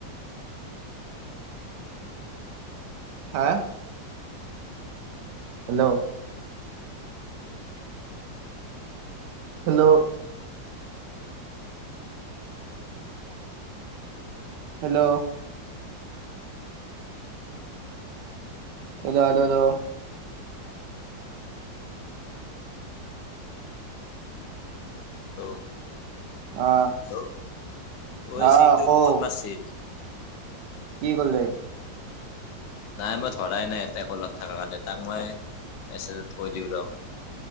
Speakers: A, on the right; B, on the left.
A: হা হেল্ল'। হেল্ল'। হেল্ল'। এ হাল <unintelligible>
B: হেল্ল'।
A: অ
B: হেল্ল' ঐ
A: অ
B: চিন্তু
A: কও
B: ক'ত মাছিল?
A: কি কলে?
B: নাই মই ধৰাই নাই ইয়াতে কলত থকা কাৰণে তাক মই মেছেজত কৈ দিওঁ ৰহ।